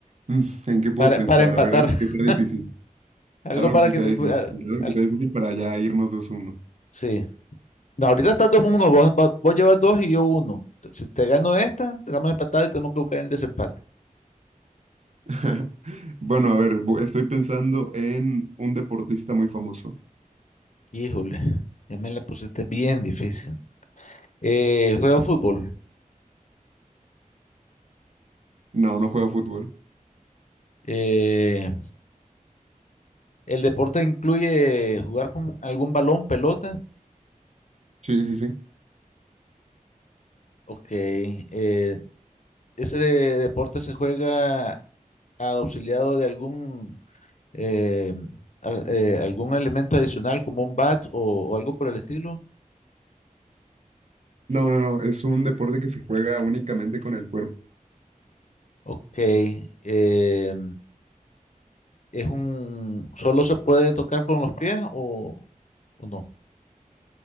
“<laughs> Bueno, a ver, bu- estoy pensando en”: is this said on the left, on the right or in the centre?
Right